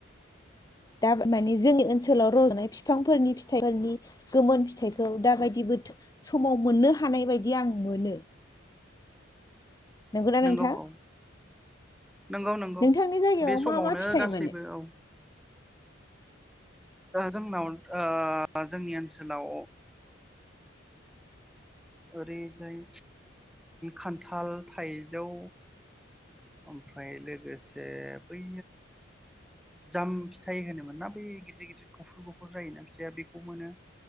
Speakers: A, on the left (about 20°); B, in the centre.
A: दा माने जोंनि ओनसोलाव रज'नाय फिफांफोरनि फिथाइफोरनि गोमोन फिथाइखौ दाबायदिबो समाव मोननो हानाय बायदि आं मोनो। नंगौना
B: नंगौ
A: नोंथां?
B: औ नंगौ नंगौ
A: नोंथांनि जायगायाव
B: बे समावनो
A: मा मा फिथाइ
B: गासैबो
A: मोनो
B: औ जोंनाव ओ जोंनि ओनसोलाव ओरैजाय खान्थाल, थाइजौ ओमफ्राय लोगोसे बै जाम फिथाइ होनोमोन ना बै गिदिर गिदिर गुफुर गुफुर जायोना फिथाइआ बेखौ मोनो।